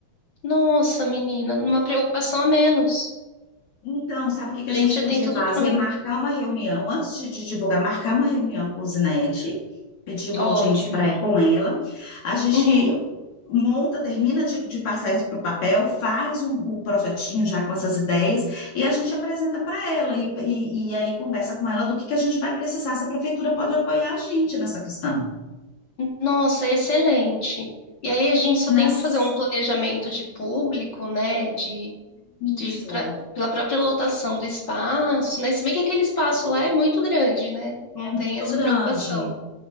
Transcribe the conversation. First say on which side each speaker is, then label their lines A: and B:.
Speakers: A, on the left; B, on the left.
A: Nossa, menina, uma preocupação a menos.
B: Então, sabe o que que
A: A
B: a gente
A: Gente, já
B: podia
A: tem tudo
B: fazer?
A: pronto.
B: Marcar uma reunião, antes de, de divulgar, marcar uma reunião com o Zinete, pedir uma
A: Ótimo.
B: audiência pra, com ela. A gente
A: Uhum.
B: monta, termina de, de passar isso para o papel, faz um, um projetinho já com essas ideias e a gente apresenta para ela e, e, e aí conversa com ela do que que a gente vai precisar, se a prefeitura pode apoiar a gente nessa questão.
A: Nossa, excelente. E aí a gente só tem
B: Nas...
A: que fazer um planejamento de público, né? De, de
B: Isso,
A: pra- pela própria lotação do espaço, né? Se bem que aquele espaço lá é muito grande, né? Não
B: é muito
A: tem essa
B: grande,
A: preocupação.